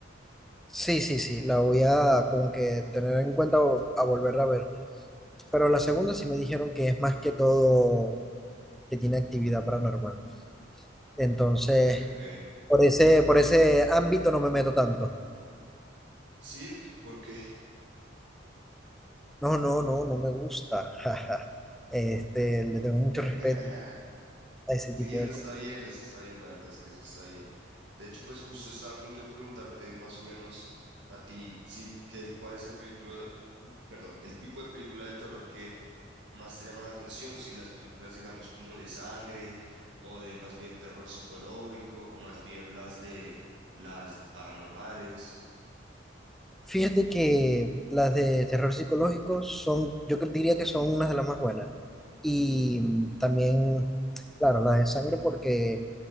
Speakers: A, in the centre; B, on the right.
A: Sí, sí, sí, la voy a como que tener en cuenta o- a volverla a ver. Pero la segunda sí me dijeron que es más que todo que tiene actividad paranormal. Entonces,
B: Ok, ok.
A: por ese, por ese ámbito no me meto tanto.
B: Sí, porque...
A: No, no, no, no me gusta. <laughs> jaja. Este, le tengo mucho
B: <laughs>
A: respeto a ese
B: Sí,
A: tipo
B: eso
A: de
B: está
A: cosas.
B: bien, eso está bien, la verdad es que eso está bien. De hecho, pues justo estaba a punto de preguntarte más o menos a ti, sí, que, cuál es el película, perdón, el tipo de película de terror que más te llama la atención, si las películas, digamos, como de sangre o de más bien terror psicológico o más bien las de las de paranormales.
A: Fíjate que las de terror psicológico son, yo cre- diría que son unas de las más buenas. Y mm, también, claro, las de sangre porque